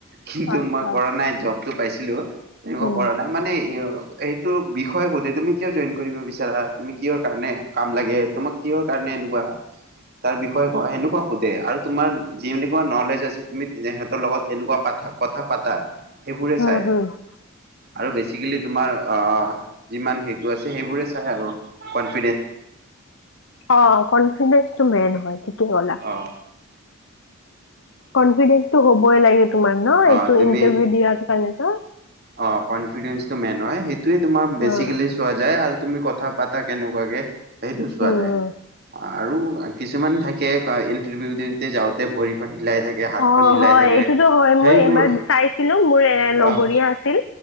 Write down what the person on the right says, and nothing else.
কিন্তু
মই কৰা নাই জবটো পাইছিলো এনেকোৱা
কৰা নাই মানে এই অ এইটো বিষয় সোধে, তুমি কিয় জইন কৰিব বিচাৰা? তুমি কিহৰ কাৰণে কাম লাগে? তোমাক কিহৰ কাৰণে নে এনেকোৱা? তাৰ বিষয়ে ক' সেনেকোৱা সোধে আৰু তোমাৰ যেনেকোৱা নলেজ আছে, তুমি তেহঁতৰ লগত তেনেকোৱা পাতা কথা পাতা সেইবোৰে
চাই।
আৰু বেচিকেলি তোমাৰ অ যিমান সেইটো আছে সেইবোৰে চাই আৰু কনভি
অ
অ
তুমি
অ কনফিডেন্সটো মেইন হ'য় সেইটোৱেই তোমাৰ বেচিকেলি
চোৱা যায় আৰু তুমি কথা পাতা কেনেকোৱাকে সেইটো চোৱা
যায়
আৰু কিছুমান থাকে ইণ্টাৰভিউ যাওতে ভৰি সিলাই থাকে হাতখন
হিলাই
থাকে।
সেইবোৰ
আহ